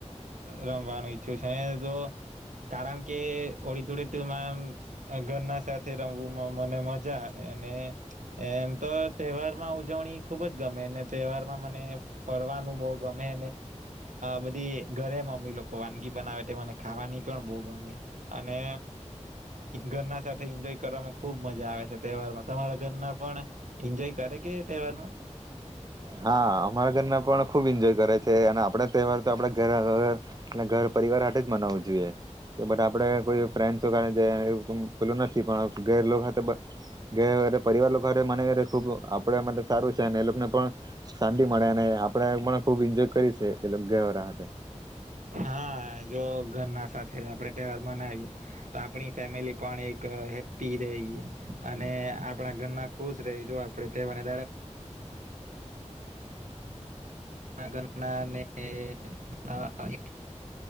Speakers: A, on the right (about 80°); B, on the right (about 30°).
A: રમવાનું ઈચ્છું છું તો કારણ કે ઓળી દોડે તેમ ઘરના સાથે રમવું મને મજા આવે અને. એમ તો તહેવારમાં ઉજવણી ખુબ જ ગમે અને તહેવારમાં મને ફરવાનું બહુ ગમે બધી ઘરે મમ્મી લોકો વાનગી બનાવે તે મને ખાવાની પણ બહુ ગમે અને ઘરના સાથે એન્જોય કરવાવામાં ખુબ મજા આવે છે તહેવારમાં તમારા ઘરના. પણ એન્જોય કરે કે તહેવારમાં.
B: હા અમારા ઘરના પણ ખૂબ એન્જોય કરે છે અને આપણે તહેવાર તો આપણા ઘર ઘર પરિવાર હ જ મનાવવું જોઈએ કે બટ આપડે કોઈ ફ્રેન્ડ્સ કાર જાય પેલું નથી પણ ઘર પરિવાર મને ખૂબ આપણે માટે સારું છે અને એ લોકોને પણ. શાંતિ મળે અને આપણેે પણ ખુબ એન્જોય કરી છે એ ઘર રા.
A: હા જો ઘરના સાથે આપે તહેવાર મનાવીએ તો આપણી ફેમિલી પણ એક હેપ્પી રહી અને આપણા ઘરના ખુશ રહી આપણે તવાર. ઘરનાાય